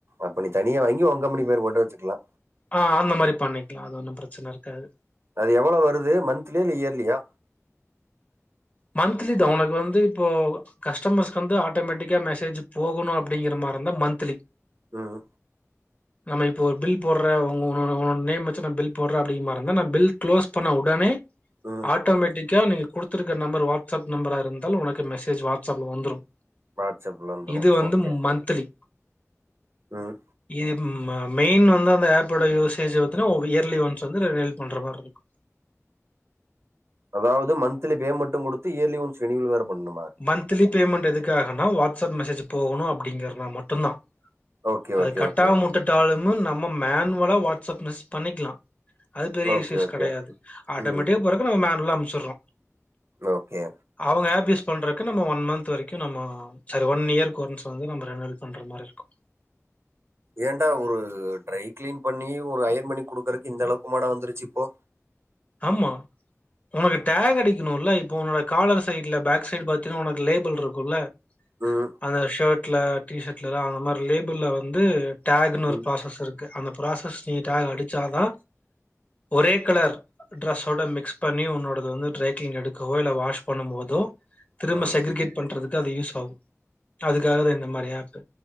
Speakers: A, on the right; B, on the left.
A: அப்ப நீ தனியா வாங்கி ஓன் கம்பெனி‌ பேர் போட்டு வச்சுக்குலா
B: ஆ அந்த மாரி பண்ணிக்லா அது ஒன்னு பிரச்சன இருக்காது
A: அது எவ்ள வருது மந்த்லியா இல்ல இயர்லியா
B: மந்த்லிதா உனக்கு வந்து இப்போ கஸ்டமர்ஸ்க் வந்து ஆட்டோமேட்டிக்கா மெசேஜ் போகணு அப்டிங்ற மார இருந்தா மந்த்லி
A: ம்
B: நம்ம இப்போ ஒரு பில் போட்ற உங்க உ உனோட நேம் வெச்சு நா பில் போடற அப்டிங்க மாரி இருந்தா நா பில் க்ளோஸ் பண்ண உடனே
A: ம்.
B: ஆட்டோமேட்டிக்கா நீங்க குடுத்துருக்க நம்பர் வாட்ஸ்அப் நம்பரா இருந்தால் உனக்கு மெசேஜ் வாட்ஸ்அப்ல வந்துரும்
A: வாட்ஸ்அப்ல வந்துரும்.
B: இது வந்து
A: ஓகே.
B: மந்த்லி
A: ம்.
B: இது மெயின் வந்து அந்த ஆப்போட யூசேஜ் பாத்னா இயர்லி ஒன்ஸ் வந்து ரெனுவல் பண்ற மார்ருக்கு
A: அதாவது மந்த்லி பேமெண்ட்டு குடுத்து இயர்லி ஒன்ஸ் ரினிவல் வேற பண்ணுமா
B: மந்த்தலி பேமெண்ட் எதுக்காகனா வாட்ஸ்அப் மெசேஜ் போகணு அப்டிங்கறனா மட்டுந்தா
A: ஓகே,
B: அது
A: ஓகே,
B: கட்டாம
A: ஓகே.
B: உட்டுட்டாலுமு நம்ம மேனுவலா வாட்ஸ்அப் மெசேஜ் பண்ணிக்கலா அது பெரிய
A: ஓகே,
B: இசூஸ்
A: ஓகே.
B: கெடையாது ஆட்டோமேட்டிக்கா
A: ம்.
B: போறக்கு நம்ம மேன்வலா அனுப்ச்சுர்றோ
A: ஓகே
B: அவங்க ஆப் யூஸ் பண்றக்கு நம்ம ஒன் மந்த் வரைக்கு நம்ம செரி ஒன் இயர்க் ஒன்ஸ் வந்து நம்ம ரெனுவல் பண்ற மாரி இருக்கு
A: ஏன்டா ஒரு ட்ரை கிளீன் பண்ணி ஒரு அயன் பண்ணி குடுக்குறக்கு இந்த அளவுக்கு மாடா வந்துருச்சு இப்போ
B: ஆம்மா உனக்கு டேக் அடிக்கணுல்ல இப்ப உன்னோட காலர் சைட்ல பேக் சைடு பாத்தினா உனக்கு லேபுள் இருக்குல்ல
A: ம்,
B: அந்த ஷர்ட்ல டிஷர்ட்லலா அந்த மாரி லேபிள்ள வந்து டேகுன்னு
A: ம்,
B: ஒரு ப்ராசஸ் இருக்கு அந்த ப்ராசஸ் நீ டேக் அடிச்சாதா ஒரே கலர் ட்ரெஸ்ஸோட மிக்ஸ் பண்ணி உன்னோடது வந்து ட்ரேக்கிங் எடுக்கவோ இல்ல வாஷ் பண்ணும் போதோ திரும்ப
A: ம்.
B: செக்ரிகேட் பண்றதுக்கு அது யூஸ் ஆகு அதுக்காகதா இந்த மாரி ஏப்பு